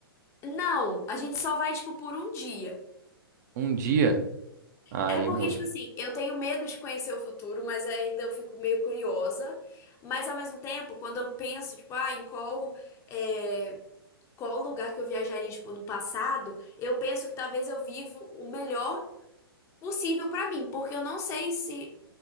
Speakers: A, on the left (about 20°); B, on the right (about 45°).
A: Não, a gente só vai, tipo, por um dia.
B: Um dia? Aí
A: É porque,
B: muda.
A: tipo assim, eu tenho medo de conhecer o futuro, mas ainda eu fico meio curiosa. Mas ao mesmo tempo, quando eu penso, tipo, ah, em qual, é, qual lugar que eu viajaria, tipo, no passado, eu penso que talvez eu vivo o melhor possível pra mim, porque eu não sei se